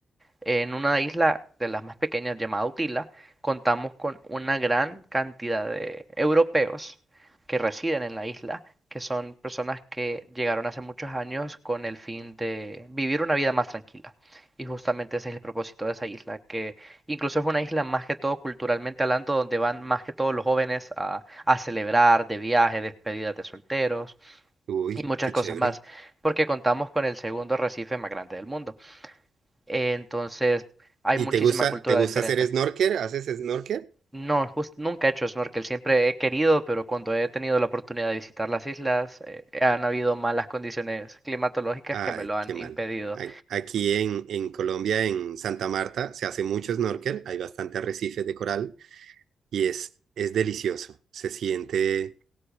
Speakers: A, in the centre; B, on the right (about 65°).
A: En una isla de las más pequeñas llamada Utila, contamos con una gran cantidad de europeos que residen en la isla, que son personas que llegaron hace muchos años con el fin de vivir una vida más tranquila. Y justamente ese es el propósito de esa isla, que incluso es una isla más que todo culturalmente hablando, donde van más que todo los jóvenes a, a celebrar de viaje, despedidas de solteros
B: uy,
A: y muchas
B: qué
A: cosas
B: chévere.
A: más, porque contamos con el segundo arrecife más grande del mundo. Entonces, hay
B: ¿Y
A: muchísima
B: te gusta,
A: cultura
B: te gusta
A: diferente.
B: hacer snorkel? ¿Haces snorkel?
A: No, jus- nunca he hecho snorkel, siempre he querido, pero cuando he tenido la oportunidad de visitar las islas, eh, eh, han habido malas condiciones climatológicas
B: Ay,
A: que me lo han
B: qué mal.
A: impedido.
B: Ay, Aquí en, en Colombia, en Santa Marta, se hace mucho snorkel, hay bastante arrecifes de coral y es, es delicioso. Se siente